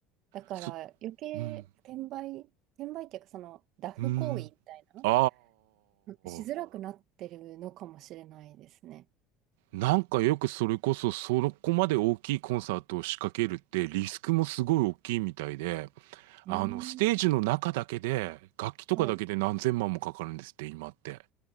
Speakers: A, on the right; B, on the right.
A: だから余計転売、
B: そ、うん。
A: 転売っていうかそのダフ行為みたいな、
B: うん。あ
A: なんかしづらくなってるのかもしれないですね。
B: あ。なんかよくそれこそそこまで大きいコンサートを仕掛けるってリスクもすごい大きいみたいで。あの、
A: うーん。
B: ステージの中だけで、楽器とかだけで何千万もかかるんですって、
A: はい。
B: 今って。